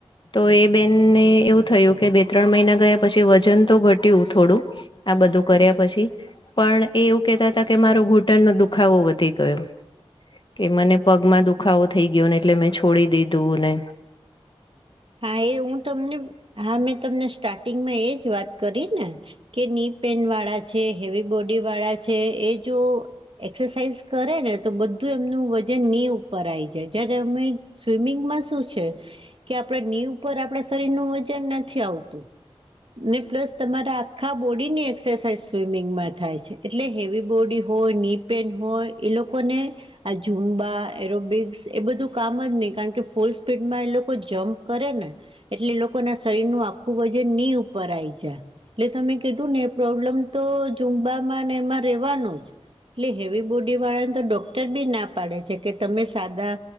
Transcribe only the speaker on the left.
તો એ બેનને એવું થયુ કે, બે-ત્રણ મહિના ગયા પસી વજન તો ઘટ્યું થોડું. આ બધું કર્યા પછી પણ એ એવુ કેતા અતા કે, મારો ઘૂંટણનો દુખાવો વધી ગયો. કે મને પગમાં દુખાવો થઈ ગ્યો ને એટલે મેં છોડી દીધુંને